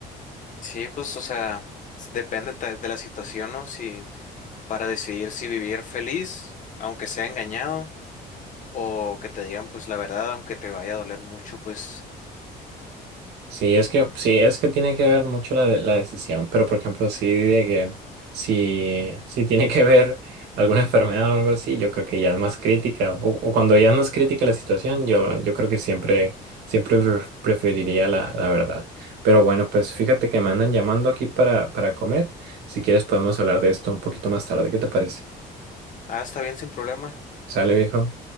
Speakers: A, on the left; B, on the right.
A: Sí, pues, o sea, s- depende ta- de la situación, ¿no? Si para decidir si vivir feliz, aunque sea engañado, o que te digan pues la verdad, aunque te vaya a doler mucho, pues,
B: Sí, es que, sí, es que tiene que ver mucho la, de- la decisión, pero por ejemplo, sí de que si, si tiene que ver alguna enfermedad o algo así, yo creo que ya es más crítica, o, o cuando ya no es crítica la situación, yo, yo creo que siempre, siempre pref- preferiría la, la verdad. Pero bueno, pues fíjate que me andan llamando aquí para, para comer, si quieres podemos hablar de esto un poquito más tarde, ¿qué te parece?
A: ah, está bien sin problema.
B: ¿Sale, viejo?